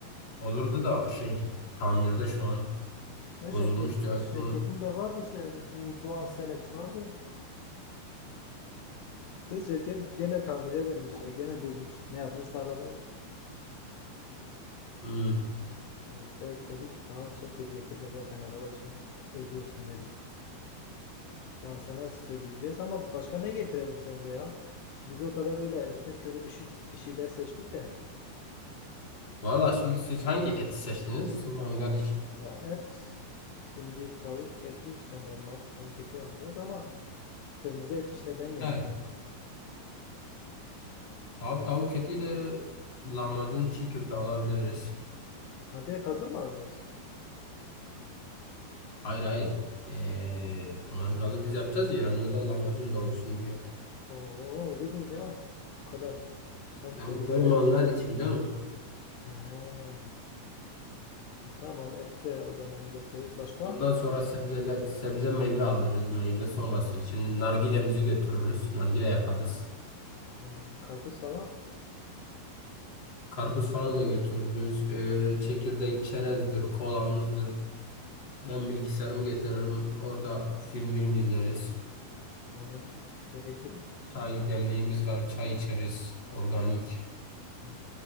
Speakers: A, on the left; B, on the left.
A: olurdu da şey tamirde şu an.
B: Ve
A: Bozulmuştu.
B: şirket
A: en
B: şirketin
A: son.
B: de vardı işte bu Doğan Selex vardı. İşte şirket gene tamire vermişler. Gene bozmuş. Ne yapmışsa arabaya?
A: Hmm.
B: E İşte dedik tamam şirket getirme zaten araba için ölüyorsun dedik. İşte sana söyleyeceğiz ama başka ne getirelim sence ya? Biz o kadar öyle üstün körü bir şey, bir şeyler seçtik de.
A: Valla şimdi siz hangi eti seçtiniz? Mangal için.
B: Ya et şimdi tavuk eti işte normal tavuk eti alacağız ama kırmızı et işte ben yemiyorum.
A: He, Tamam tavuk etiyle lahmacun çiğ köfte alabiliriz.
B: Ha direkt hazır mı alacağız?
A: Hayır hayır. Ee, mangalı biz yapacağız ya yanında lahmacun da olsun diye.
B: Oo ölürüz ya. O kadar Hem
A: Ya
B: kırmızı
A: doymayanlar
B: et.
A: için canım.
B: He, tamam et de o zaman getiririz. Başka?
A: Ondan sonra sebzeler, sebze meyve alırız. Meyve sonrası için nargilemizi götürürüz. Nargile yakarız.
B: He, karpuz falan.
A: Karpuz falan da götürürüz. Ee, çekirdek, çerezdir, kolamızdır. Ben bilgisayarımı getiririm. Orada film film izleriz.
B: He, e peki
A: Çay demliğimiz var. Çay içeriz. Organik.
B: he,